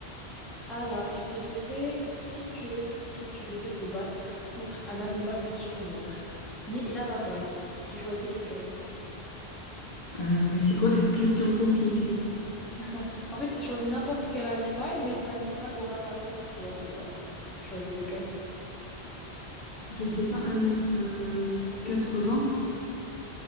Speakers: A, in the centre; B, on the left.
A: Alors, je te dirais si tu veux, si tu devais te battre contre un animal pour survivre, mais il a ta taille, tu choisis lequel?
B: Ah, mais c'est quoi cette question compliquée?
A: <laughs> En fait, tu choisis n'importe quel animal, mais cet animal aura ta taille quand tu vas te battre. Tu choisis lequel?
B: Je sais pas, 1 quatre 80